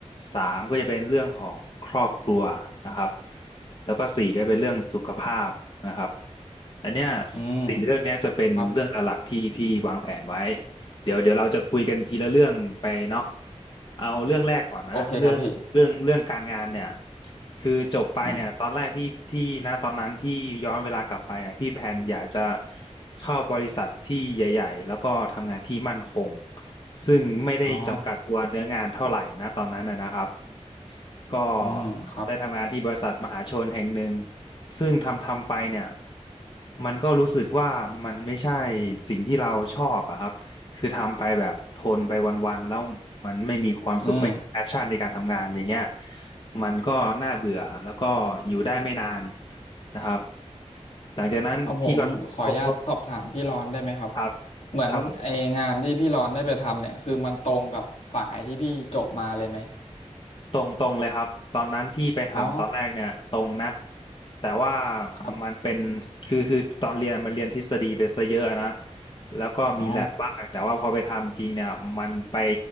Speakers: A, on the left (about 45°); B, on the left (about 70°).
A: สามก็จะเป็นเรื่องของครอบครัวนะครับแล้วก็สี่ก็เป็นเรื่องสุขภาพนะครับอันเนี้ย
B: อืม
A: สี่เรื่องเนี้ยจะเป็นเรื่องหลักๆที่พี่วางแผนไว้
B: ครับ
A: เดี๋ยวเดี๋ยวเราจะคุยกันทีละเรื่องไปเนาะเอาเรื่องแรกก่อนนะเรื่องเรื่องเรื่องการงานเนี่ย
B: โอเคครับพี่
A: คือจบไปเนี่ยตอนแรกที่ที่นะตอนนั้นที่ย้อนเวลากลับไปเนี่ยพี่แพนอยากจะ
B: อืม
A: เข้าบริษัทที่ใหญ่ๆแล้วก็ทำงานที่มั่นคงซึ่งไม่ได้จำกัดตัวเนื้องานเท่าไหร่นะตอนนั้นนะนะครับ
B: อ๋อ
A: ก็
B: อืมครับ
A: ได้ทำงานที่บริษัทมหาชนแห่งหนึ่งซึ่งทำทำไปเนี่ยมันก็รู้สึกว่ามันไม่ใช่สิ่งที่เราชอบอะครับ คือทำไปแบบทนไปวันๆแล้วมันไม่มีความสุขไม่มีแพชชั่นในการทำงานอย่างเงี้ย
B: อืม
A: มันก็น่าเบื่อแล้วก็อยู่ได้ไม่นานนะครับหลังจากนั้นพี่ก็ทบทบ
B: เอาผมขออนุญาตสอบถามพี่รอนได้ไหมครับ
A: ครับ
B: เหมือนไองานที่พี่รอนได้ไปทำเนี่ย
A: ครับ
B: คือมันตรงกับสายที่พี่จบมาเลยไหม
A: ตรงตรงเลยครับตอนนั้นที่ไปทำตอนแรกเนี่ยตรงนะ
B: อ๋อ
A: แต่ว่า
B: ครับ
A: มันเป็นคือคือตอนเรียนมันเรียนทฤษฎีไปซะเยอะนะแล้วก็มีแลบบ้างแต่ว่าพอไปทำจริงเนี่ยมันไป
B: อ๋อ